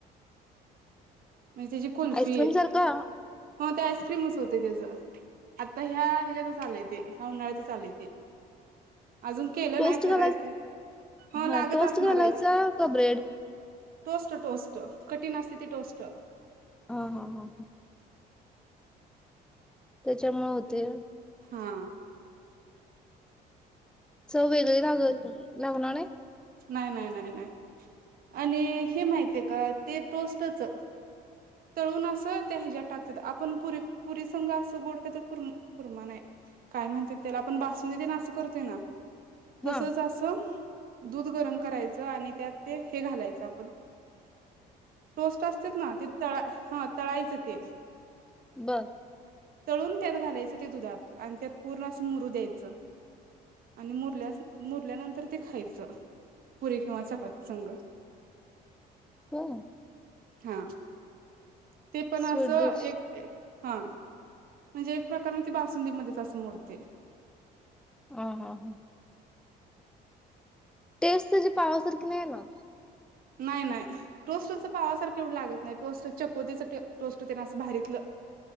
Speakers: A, on the right; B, in the centre.
A: म्हणजे त्याची कुल्फी.
B: आईस्क्रीम सारखा
A: हा ते आयस क्रीमच होतय तेज आता ह्या हेज्यातच आलंय ते ह्या उन्हाळ्यात आलय ते. अजून केलं
B: टोस्ट
A: नाही करायचंय
B: घालायचा. हा
A: लागत
B: टोस्ट
A: असणार
B: घालायचा
A: आहे की
B: का ब्रेड?
A: टोस्ट टोस्ट कठीन असतय ते टोस्ट तर,
B: हा हा हा हा त्याच्यामुळे होतय.
A: हा,
B: चव वेगळी लागल्या. लागणार नाही.
A: नाय नाय नाय नाय, आणि हे माहितय का ते टोस्टच तळून अस त्या हेझ्यात टाकतात. आपण पुरी, पुरी संघ अस गोड कायतर कुर कुरमा नाही काय म्हणत्यात, त्याला आपण बासुंदी तेन असं करतोय ना. तसच
B: हा
A: असं. दूध गरम करायचं आणि त्यात ते हे घालायचं आपण टोस्ट असतेत ना ते तळायच. हा तळायचं ते,
B: बर,
A: तळून त्यात घालायचं ते दुधात आणि त्यात पूर्ण असं मुरू द्यायचं आणि मुरल्या मुरल्यानंतर ते खायचं. पुरे किंवा चपाती संग.
B: हो.
A: हा, ते पण असं
B: स्वीट डिश
A: एक हा, म्हणजे एक प्रकार म ते बासुंदी मध्येच असं मोडतय.
B: हा हा ह टेस्ट तेझी पावासारखी नाय येणार.
A: नाय नाय टोस्टच पावासारखं एवढं लागत नाही, टोस्ट चकोतीच टोस्ट ते ना असं भारीतलं.